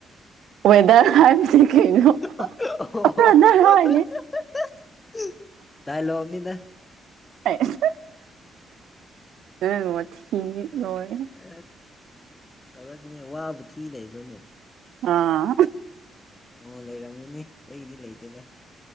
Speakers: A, on the right (about 75°); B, on the left (about 25°).
A: ꯋꯦꯗꯔ ꯍꯥꯏꯕꯅꯤ ꯀꯩꯅꯣ
B: <unintelligible>
A: ꯕ꯭ꯔꯗꯔ ꯍꯥꯏꯅꯤ
B: ꯗꯥꯏꯂ‌ꯣꯛꯅꯤꯗ
A: <unintelligible>
B: ꯑꯥ ꯇꯧꯔꯥꯒꯥꯅꯦ ꯋꯥꯕꯨ ꯊꯤ ꯂꯩꯕ꯭ꯔꯅꯦ
A: ꯑꯥ
B: ꯑꯣ ꯂꯩꯔꯝꯒꯅꯤ ꯑꯩꯒꯤꯗꯤ ꯂꯩꯇꯦꯗꯥ